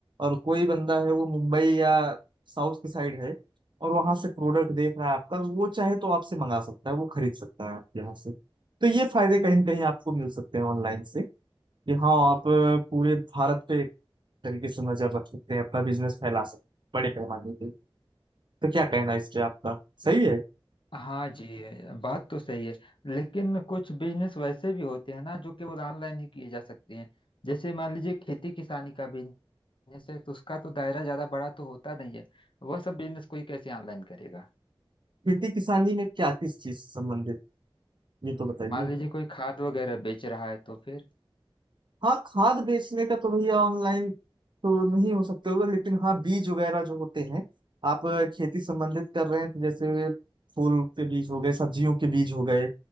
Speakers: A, on the right; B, on the left.
A: और कोई बंदा है वो मुंबई या साउथ की साइड है और वहां से प्रोडक्ट देख रहा है आपका वो चाहे तो आपसे मंगा सकता है वो खरीद सकता है आपके यहाँ से तो ये फायदे कहीं ना कहीं आपको मिल सकते हैं ऑनलाइन से कि हाँ आप अ, पूरे भारत पे एक तरीके से नजर रख सकते हैं अपना बिजनेस फैला सकते हैं बड़े पैमाने पे तो क्या कहना है इस पे आपका सही है
B: हाँ जी बात तो सही है लेकिन कुछ बिजनेस वैसे भी होते हैं ना जो केवल ऑनलाइन ही किए जा सकते हैं जैसे मान लीजिए खेती किसानी का बिजनेस है तो उसका तो दायरा ज्यादा बड़ा तो होता नहीं है वह सब बिजनेस कोई कैसे ऑनलाइन करेगा
A: खेती किसानी में क्या किस चीज से संबंधित ये तो बताइए
B: मान लीजिए कोई खाद वगैरह बेच रहा है तो फिर
A: हाँ खाद बेचने का तो भैया ऑनलाइन तो नहीं हो सकते होगा लेकिन हाँ बीज वगैरह जो होते हैं आप अ, खेती संबंधित कर रहे हैं तो जैसे फूल के बीज हो गए सब्जियों के बीज हो गए